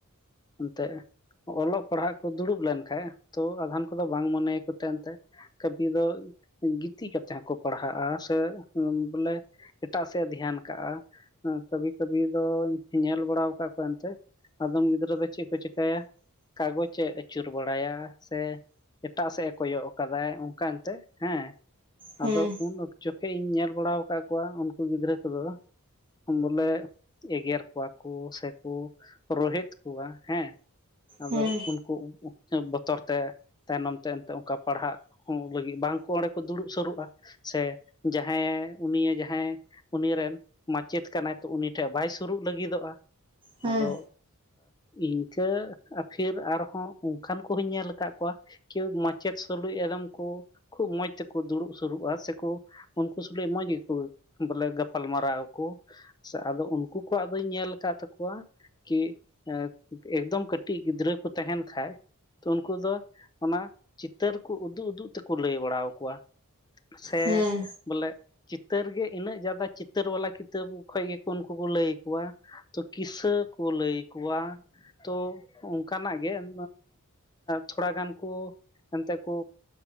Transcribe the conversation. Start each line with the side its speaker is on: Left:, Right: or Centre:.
Left: ᱮᱱᱛᱮᱜᱼᱼ ᱚᱞᱚᱜ ᱯᱟᱲᱦᱟᱜ ᱠᱚ ᱫᱩᱲᱩᱵ ᱞᱮᱱᱠᱷᱟᱡ, ᱛᱚ ᱟᱫᱷᱟᱱ ᱠᱚᱫᱚ ᱵᱟᱝ ᱢᱚᱱᱮᱭᱟᱠᱚ ᱛᱟᱦᱮ ᱮᱱᱛᱮᱼᱼ ᱠᱟᱹᱵᱷᱤ ᱫᱚ ᱜᱤᱛᱤᱡ ᱠᱟᱛᱮ ᱦᱚᱸᱠᱚ ᱯᱟᱲᱦᱟᱜᱼᱟ ᱥᱮ ᱵᱚᱞᱮᱼᱼ ᱮᱴᱟᱜ ᱥᱮᱫ ᱮ ᱫᱷᱮᱭᱟᱱ ᱠᱟᱜᱼᱟ, ᱠᱟᱹᱵᱷᱤ ᱠᱟᱹᱵᱷᱤ ᱫᱚᱧ ᱧᱮᱞ ᱵᱟᱲᱟ ᱟᱠᱟᱫ ᱠᱚᱣᱟ ᱮᱱᱛᱮᱼᱼ ᱟᱫᱚᱢ ᱜᱤᱫᱽᱨᱟᱹ ᱫᱚ ᱪᱮᱫ ᱠᱚ ᱪᱮᱠᱟᱭᱟ, ᱠᱟᱜᱚᱡᱮ ᱟᱹᱪᱩᱨ ᱵᱟᱲᱟᱭᱟ ᱥᱮᱼᱼ ᱮᱴᱟᱜ ᱥᱮᱫ ᱮ ᱠᱚᱭᱚᱜ ᱟᱠᱟᱫᱟᱭ ᱚᱱᱠᱟ ᱮᱱᱛᱮ ᱦᱮᱸ ᱾
Right: ᱦᱮᱸ
Left: ᱟᱫᱚ ᱩᱱ ᱡᱚᱠᱷᱮᱡ ᱤᱧ ᱧᱮᱞ ᱵᱟᱲᱟᱳ ᱟᱠᱟᱫ ᱠᱚᱣᱟ ᱩᱱᱠᱩ ᱜᱤᱫᱽᱨᱟᱹ ᱠᱚᱫᱚᱼᱼ ᱵᱚᱞᱮ, ᱮᱜᱮᱨ ᱠᱚᱣᱟ ᱠᱚ ᱥᱮᱠᱚ ᱨᱳᱦᱮᱫ ᱠᱚᱣᱟ, ᱦᱮᱸᱼᱼ ᱟᱫᱚ
Right: ᱦᱮᱸ
Left: ᱩᱱᱠᱩ ᱵᱚᱛᱚᱨ ᱛᱮᱼᱼ ᱛᱟᱭᱱᱚᱢ ᱛᱮ ᱮᱱᱛᱮ ᱚᱱᱠᱟ ᱯᱟᱲᱦᱟᱜ ᱦᱚᱸ ᱞᱟᱹᱜᱤᱫ ᱵᱟᱝ ᱠᱚ ᱚᱸᱰᱮ ᱠᱚ ᱫᱩᱲᱩᱵ ᱥᱩᱨᱩᱜᱼᱟ ᱾ ᱥᱮ ᱡᱟᱸᱦᱟᱭᱮ ᱩᱱᱤᱭᱮ ᱡᱟᱸᱦᱟᱭᱼᱼ ᱩᱱᱤ ᱨᱮᱱ ᱢᱟᱪᱮᱫ ᱠᱟᱱᱟᱭ ᱛᱚ ᱩᱱᱤ ᱴᱷᱮᱡ ᱵᱟᱭ ᱥᱩᱨᱩᱜ ᱞᱟᱹᱜᱤᱫᱚᱜ-ᱟ᱾
Right: ᱦᱮᱸ
Left: ᱟᱫᱚᱼᱼ ᱤᱱᱠᱟᱹ ᱟᱯᱷᱤᱨ ᱟᱨᱦᱚᱸ ᱚᱱᱠᱟᱱ ᱠᱚᱫᱚᱧ ᱧᱮᱞ ᱟᱠᱟᱫ ᱠᱚᱣᱟ, ᱠᱮᱣ ᱢᱟᱪᱮᱫ ᱥᱩᱞᱩᱡ ᱟᱫᱚᱢ ᱠᱚᱼᱼ ᱠᱷᱩᱵ ᱢᱚᱡᱽ ᱛᱮᱠᱚ ᱫᱩᱲᱩᱵ ᱥᱩᱨᱩᱜ-ᱟ ᱥᱮᱠᱚ ᱩᱱᱠᱩ ᱥᱚᱞᱮ ᱢᱚᱸᱡᱽ ᱜᱮᱠᱚᱼᱼ ᱵᱚᱞᱮ ᱜᱟᱯᱟᱞ ᱢᱟᱨᱟᱣ ᱟᱠᱚ ᱥᱮ ᱟᱫᱚ ᱩᱱᱠᱩ ᱠᱚᱣᱟᱜ ᱫᱚᱧ ᱧᱮᱞ ᱟᱠᱟᱫ ᱛᱟᱠᱚᱣᱟᱼᱼ ᱠᱤ ᱮᱸ ᱮᱠᱫᱚᱢ ᱠᱟᱹᱴᱤᱡ ᱜᱤᱫᱽᱨᱟᱹ ᱠᱚ ᱛᱟᱦᱮᱱ ᱠᱷᱟᱡᱼᱼ ᱛᱚ ᱩᱱᱠᱩ ᱫᱚ ᱚᱱᱟ ᱪᱤᱛᱟᱹᱨ ᱠᱚ ᱩᱫᱩᱜ ᱩᱫᱩᱜ ᱛᱮᱠᱚ ᱞᱟᱹᱭ ᱵᱟᱲᱟ ᱟᱠᱚᱣᱟ᱾ ᱥᱮ
Right: ᱦᱮᱸ
Left: ᱵᱚᱞᱮ ᱪᱤᱛᱟᱹᱨ ᱜᱮᱼᱼ ᱤᱱᱟᱹᱜ ᱡᱟᱫᱟ ᱪᱤᱛᱟᱹᱨ ᱵᱟᱞᱟ ᱠᱤᱛᱟᱹᱵ ᱠᱷᱚᱡ ᱜᱮᱠᱚ ᱩᱱᱠᱩ ᱠᱚ ᱞᱟᱹᱭ ᱟᱠᱚᱣᱟ᱾ ᱛᱚ ᱠᱤᱥᱟᱹ ᱠᱚ ᱞᱟᱹᱭ ᱟᱠᱩᱣᱟ ᱛᱚ ᱚᱱᱠᱟᱱᱟᱜ ᱜᱮᱼᱼ ᱟᱸ ᱛᱷᱚᱲᱟ ᱜᱟᱱ ᱠᱚ ᱮᱱᱛᱮ ᱠᱚ